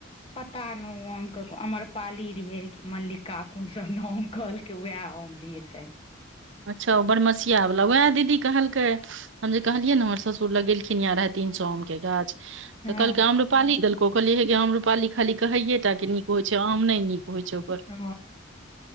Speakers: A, on the left (about 25°); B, on the right (about 65°).
A: पता नहि कि अम्रपाली रहै कि मल्लिका कोन सभ नाम कहल के वएह आम छथि
B: अच्छा ओ बरमसिया वाला उएह दीदी कहलकै हम जे कहलियै ने हमर ससुर लगेलखिन यै रहे तीन सए आमके गाछ तऽ कहलकै
A: हँ
B: आम रूपाली देलको कहलियै हे गे आम रूपाली खाली कहैये टा नीक होइ छै आम नहि नीक हो ओकर
A: ओ